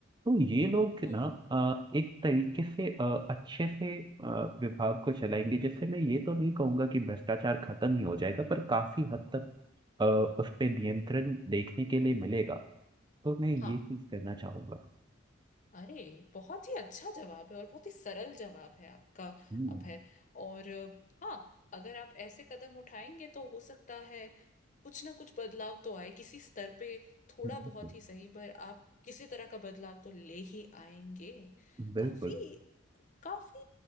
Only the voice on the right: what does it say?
तो ये लोग
ना अ, एक तरीके से अ, अच्छे से अ, विभाग को चलाएंगे जिससे मैं ये तो नहीं कहूंगा कि भ्रष्टाचार खत्म ही हो जाएगा पर काफी हद तक अ, उस पे नियंत्रण देखने के लिए मिलेगा तो मैं ये
चीज करना चाहूंगा
हम्म
बिल्कुल
बिल्कुल